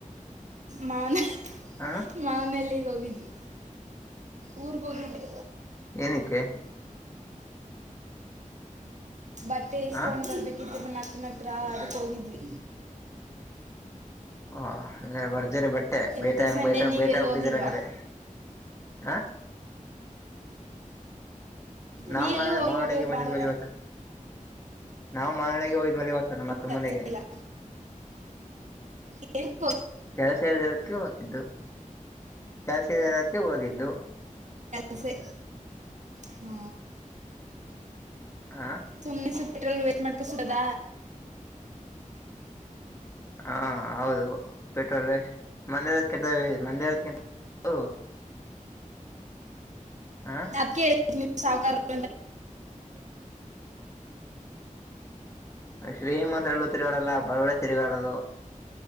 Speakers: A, on the right; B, on the left.
A: ಮಾವನ ಹ್ಮ್
B: ಹ
A: ಮಾವನಲ್ಲಗ್ ಹೋಗಿದ್ವಿ. ಊರ್ ಕೊಗಿಲ್ಲೆ.
B: ಏನಕ್ಕೆ
A: ಬಟ್ಟೆ ಇಸ್ಕೊಂಡು
B: ಹ
A: ಬರ್ಬೇಕಿತ್ತು ನಮ್ಮ ಅಕ್ಕನ ಹತ್ರ ಅದಕ್ಕೆ ಹೋಗಿದ್ವಿ.
B: ಓ ಹಂಗ ಬರ್ಜರಿ ಬಟ್ಟೆ
A: ಇವತ್ತು
B: ಬೇಟೆ ಹೆಂಗ
A: ಸಂಡೆ
B: ಬೇಟ
A: ನೀವೆಲ್ಲೂ
B: ಬೇಟ ಆಗ್ಬಿಟ್ಟಿದಾರಂಗ್ರೀ.
A: ಹೋಗಿಲ್ವಾ
B: ಹಾ ನಾವು
A: ನೀವೆಲ್ಲೂ ಹೋಗಿಲ್ವಾ
B: ಮಾನಳಿಗೆ
A: ಇವತ್ತು
B: ಬಂದಿದ್ವರಿ
A: ಭಾನುವಾರ
B: ಇವತ್ತು ನಾವು ಮನನಾಳಿಗೆ ಹೋಗಿದವಿ. ನಿಮ್ ಅಕ್ಕನ
A: ಕೆಲ್ಸ
B: ಮನೆಗೆ
A: ಇಲ್ಲ ಏನಕ್ಕೆ ಹೋಗಿಲ್ಲ
B: ಕೆಲಸ ಇದರದಕ್ಕೆ ಹಾಕಿದ್ದು. ಜಾಸದರಕ್ಕೆ ಹೋಗಿದ್ದು.
A: ಆಸೆ ಹ್ಮ್.
B: ಹ
A: ಸುಮ್ನೆ ಸುತ್ತಿರಲ್ ವೇಟ್ ಮಾಡ್ಕ ಸಡದ.
B: ಹಾ ಹೌದು ಪೆಟ್ರೋಲ್ ಮಂದ ಕೆಂತ <unintelligible> ಹ ಹ
A: ಅದ್ಕೆ ಹೇಳಿದು ಸಾವುಕಾರ. <inaudible>
B: ಶ್ರೀಮಂತರ ಎಲ್ಲೂ ತಿರುಗಾಡಲ ಬಡವರೇ ತಿರುಗಾಡದು.